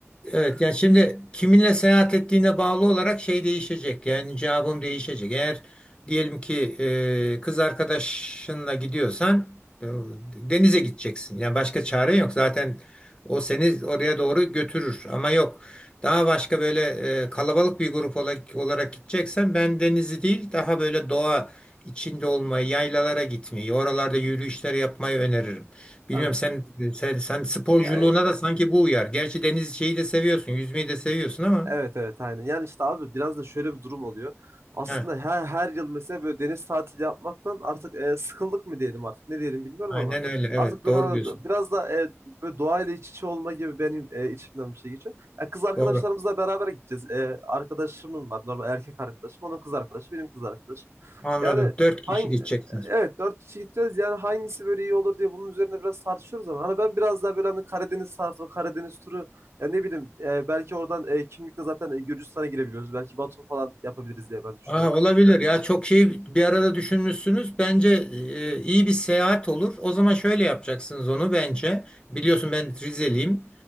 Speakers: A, on the left; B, on the right.
A: Evet yani şimdi kiminle seyahat ettiğine bağlı olarak şey değişecek. Yani cevabım değişecek. Eğer diyelim ki e, kız arkadaşınla gidiyorsan e, denize gideceksin. Yani başka çare yok. Zaten o seni oraya doğru götürür. Ama yok. Daha başka böyle e, kalabalık bir grup ola- olarak gideceksen ben denizi değil daha böyle doğa içinde olmayı, yaylalara gitmeyi, oralarda yürüyüşler yapmayı öneririm. Bilmiyorum
B: Evet.
A: sen, sen sen sporculuğuna
B: Ya,
A: da sanki bu uyar. Gerçi deniz şeyi de seviyorsun, yüzmeyi de seviyorsun ama.
B: Evet evet aynen. Yani işte abi biraz da şöyle bir durum oluyor. Aslında
A: Heh,
B: her, her yıl mesela böyle deniz tatili yapmaktan artık e, sıkıldık mı diyelim artık ne diyelim bilmiyorum
A: aynen
B: ama
A: öyle. Evet,
B: artık böyle
A: doğru
B: hani
A: diyorsun.
B: biraz da e, böyle doğayla iç içe olma gibi benim e, içimden bir şey geçiyor. Ya kız arkadaşlarımızla
A: Doğru.
B: beraber gideceğiz. E, arkadaşımın var normal erkek arkadaşım onun kız arkadaşı benim kız arkadaşım.
A: Anladım.
B: Yani
A: Dört kişi
B: hangi
A: gideceksiniz.
B: evet dört kişi gideceğiz yani hangisi böyle iyi olur diye bunun üzerine biraz tartışıyoruz ama hani ben biraz daha böyle hani Karadeniz tarafı Karadeniz turu ya ne bileyim e, belki oradan e, kimlikle zaten e, Gürcistan'a girebiliyoruz. Belki Batum falan yapabiliriz diye ben düşünüyorum.
A: Aa, olabilir ya çok şey bir arada düşünmüşsünüz. Bence e, iyi bir seyahat olur. O zaman şöyle yapacaksınız onu bence. Biliyorsun ben Rizeliyim.